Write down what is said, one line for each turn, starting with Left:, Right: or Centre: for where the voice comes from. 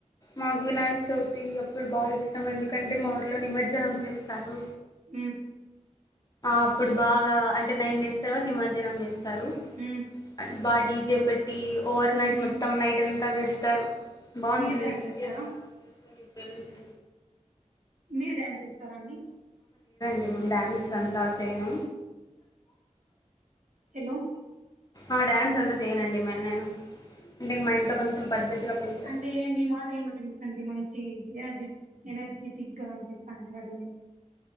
Left: మాకు వినాయక చవితి అప్పుడు బాగా ఇష్టం ఎందుకంటే మా ఊర్లో నిమజ్జనం చేస్తారు
Right: అ
Left: అప్పుడు బాగా అంటే నైన్ డేస్ తర్వాత నిమజ్జనం చేస్తారు
Right: ఉమ్
Left: అ బా డీజే పెట్టి ఓవర్ నైట్
Right: ఉమ్
Left: మొత్తం నైట్ అంతా చేస్తారు బాగుంటుంది
Right: మీరు డ్యాన్స్ చేస్తారా
Left: ఎత్ర రాత్ర అంత తరుం లే
Right: మీరు డ్యాన్స్ ఇస్తారా అండి
Left: న డ్యాన్స్ అంతా చేయను
Right: హలో
Left: ఆ డ్యాన్స్ అంతా చేయనండి మరి నేను అంటే మా ఇంట్లో కొంచెం పద్ధతిగా పెంచారు
Right: అంటే మీ మాటలను బట్టి చూస్తుంటే మంచి ఎనర్జీ ఎనర్జెటిక్ గా అనిపిస్తుంటడిని